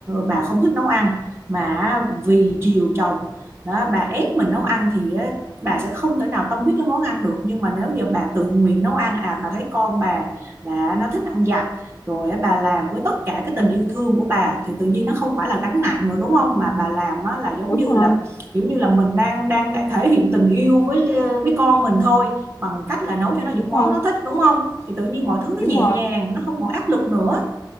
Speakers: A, on the right; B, on the left.
A: bà không thích nấu ăn mà vì chiều chồng đó, bà ép mình nấu ăn thì á, bà sẽ không thể nào tâm huyết cái món ăn được nhưng mà nếu giờ bà tự nguyện nấu ăn à bà thấy con bà là nó thích ăn giặt rồi á, bà làm với tất cả cái tình yêu thương của bà thì tự nhiên nó không phải là gánh nặng nữa đúng không mà bà làm á, là giống
B: đúng
A: như
B: rồi
A: là kiểu như là mình đang đang đang thể hiện tình yêu với với con mình thôi bằng cách là nấu cho nó
B: đúng
A: những món
B: rồi
A: nó thích đúng không thì tự nhiên mọi thứ nó
B: đúng
A: nhẹ
B: rồi
A: nhàng nó không còn áp lực nữa